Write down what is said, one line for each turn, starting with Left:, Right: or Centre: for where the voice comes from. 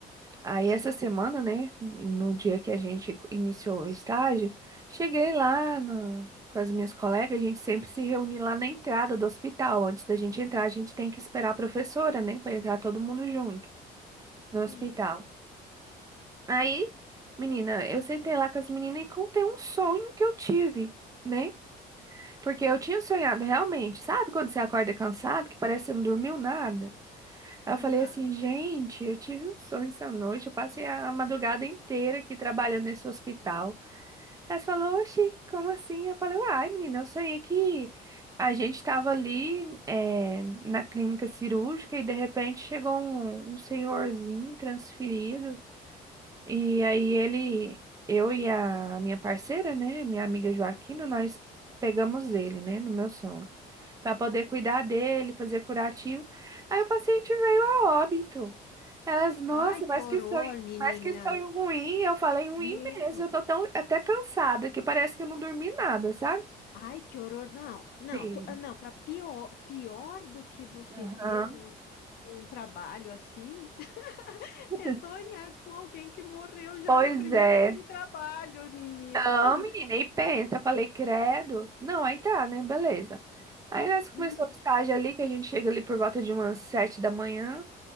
Right: Aí essa semana, né, no dia que a gente co- iniciou o estágio, cheguei lá no- com as minhas colegas, a gente sempre se reúne lá na entrada do hospital. Antes da gente entrar, a gente tem que esperar a professora, né, para entrar todo mundo junto no hospital.
Left: Sim,
Right: Aí, menina, eu sentei lá com as meninas e contei um sonho que eu tive, né? Porque eu tinha sonhado realmente, sabe quando você acorda cansado, que parece que você não dormiu nada? Aí eu
Left: aham.
Right: falei assim, gente, eu tive um sonho essa noite, eu passei a madrugada inteira aqui trabalhando nesse hospital. Aí você falou, oxi, como assim? Eu falei, uai, menina, eu sonhei que a gente estava ali eh, na clínica cirúrgica e de repente chegou um, um senhorzinho transferido e aí ele, eu e a minha parceira, né, minha amiga Joaquina, nós pegamos ele, né, no meu sono para poder cuidar dele, fazer curativo. Aí o paciente veio a óbito. Elas, nossa,
Left: Ai,
Right: mas
Left: que horror,
Right: que sonho,
Left: menina.
Right: mas que sonho ruim. Eu falei, ruim
Left: Meu.
Right: mesmo. Eu tô tão até cansada que parece que eu não dormi nada, sabe?
Left: Ai, que horror. Não, não,
Right: Sim.
Left: tô- ah, não, para pior, pior do que você
Right: Aham.
Left: ter um, um trabalho assim, <laughs>
Right: <laughs>
Left: é sonhar com alguém que morreu já
Right: Pois
Left: no primeiro
Right: é.
Left: dia de trabalho, menina.
Right: Não, menina, e pensa,
Left: Não.
Right: eu falei, credo. Não, aí tá, né? Beleza. Aí nós começamos
Left: Hum,
Right: o estágio ali, que a gente chega ali por volta de umas sete da manhã,